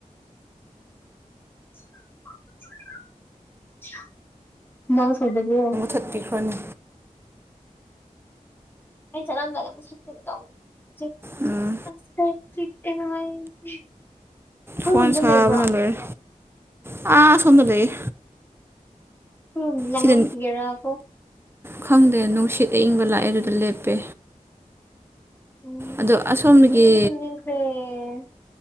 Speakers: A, on the left; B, on the right.
A: <unintelligible>
B: ꯆꯠꯄꯤꯈ꯭ꯔꯅꯤ
A: ꯑꯩ ꯆꯠꯂꯝꯗꯥꯏꯗ <unintelligible>
B: ꯎꯝ
A: ꯑꯁ ꯑꯩꯈꯣꯏꯔꯣꯝꯗ
B: ꯐꯣꯟ ꯁꯥꯕꯅ
A: ꯂꯩꯕ꯭ꯔꯣ?
B: ꯂꯣꯏꯔꯦ ꯑꯥ ꯁꯣꯝꯗ ꯂꯩꯌꯦ꯫
A: <unintelligible>
B: ꯁꯤꯗ ꯈꯪꯗꯦ ꯅꯨꯡꯁꯤꯠ ꯑꯏꯪꯕ ꯂꯥꯛꯑꯦ ꯑꯗꯨꯗ ꯂꯦꯞꯄꯦ꯫
A: ꯎꯝ
B: ꯑꯗꯣ ꯑꯁꯣꯝꯗꯒꯤ
A: ꯑꯩ ꯌꯥꯝ ꯇꯨꯝꯅꯤꯡꯈꯔ꯭ꯦ